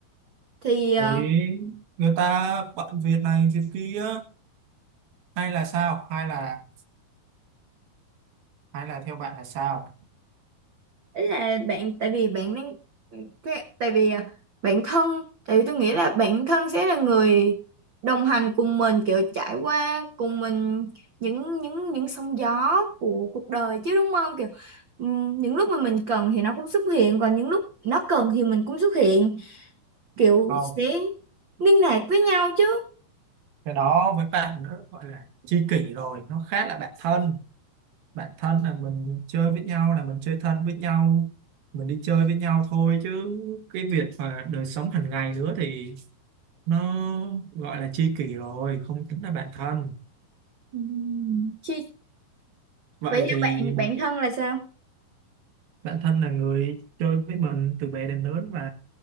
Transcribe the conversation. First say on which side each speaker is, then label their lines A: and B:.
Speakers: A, on the right; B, on the right.
A: thì ờ,
B: Đấy, người ta bận việc này việc kia hay là sao hay là hay là theo bạn là sao
A: Đấy là bạn tại vì bạn đang cái- tại vì à, bạn thân tại vì tôi nghĩ là bạn thân sẽ là người đồng hành cùng mình kiểu trải qua cùng mình những những những sóng gió của cuộc đời chứ đúng không kiểu ừm, những lúc mà mình cần thì nó cũng xuất hiện còn những lúc nó cần thì mình cũng xuất hiện kiểu
B: không
A: sẽ liên lạc với nhau chứ
B: cái đó với bạn nữa gọi là tri kỷ rồi nó khác là bạn thân bạn thân là mình chơi với nhau là mình chơi thân với nhau mình đi chơi với nhau thôi chứ cái việc mà đời sống hàng ngày nữa thì nó gọi là tri kỷ rồi không tính là bạn thân
A: Ừm, Chi,
B: vậy
A: vậy theo
B: thì
A: bạn
B: một
A: bạn thân là sao?
B: bạn thân là người chơi với mình từ bé đến lớn và